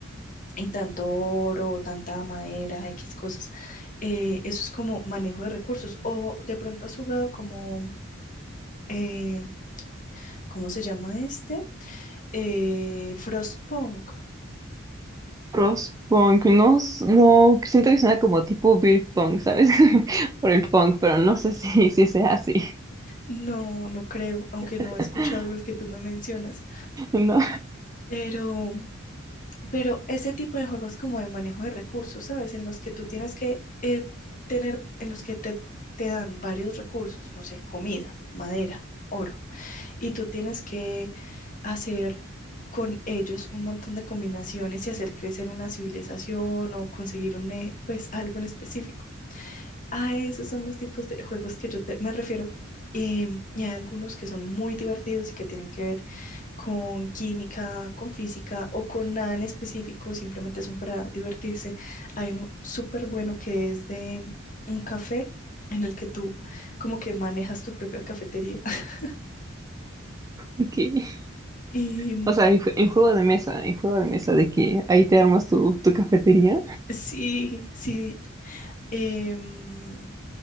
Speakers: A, on the left; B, on the right.
A: y tanto oro, tanta madera, X cosas. Eh, eso es como manejo de recursos. O de pronto has jugado como, eh, ¿cómo se llama este? Eh, Frostpunk.
B: Crosspunk, no, s- no, siento que suena como tipo beer punk, ¿sabes? <laughs> Por el punk, pero no sé si, <laughs> si sea así.
A: No, no creo, aunque no
B: <laughs>
A: he escuchado el que tú me mencionas,
B: No,
A: pero, pero ese tipo de juegos como de manejo de recursos, ¿sabes? En los que tú tienes que eh, tener, en los que te, te dan varios recursos, no sé, comida, madera, oro y tú tienes que hacer con ellos un montón de combinaciones y hacer crecer una civilización o conseguir un, e- pues, algo en específico. A esos son los tipos de juegos que yo te- me refiero. em, y hay algunos que son muy divertidos y que tienen que ver con química, con física o con nada en específico, simplemente son para divertirse. Hay uno súper bueno que es de un café en el que tú como que manejas tu propia cafetería. <laughs>
B: ok.
A: Y
B: O sea, en, jue- en juego de mesa, en juego de mesa, de que ahí te armas tu, tu cafetería
A: Sí, sí, em,